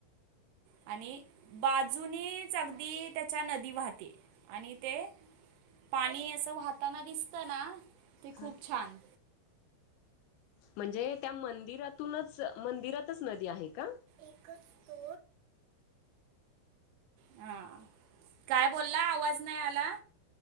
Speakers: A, on the right; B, on the left.
A: आणि बाजूनेच अगदी त्याच्या नदी वाहतीये आणि ते पाणी असं वाहताना दिसतं ना ते खूप
B: हां
A: छान.
B: म्हणजे त्या मंदिरातूनच मंदिरातच नदी आहे का?
A: एकच तो हां काय बोलला आवाज नाही आला?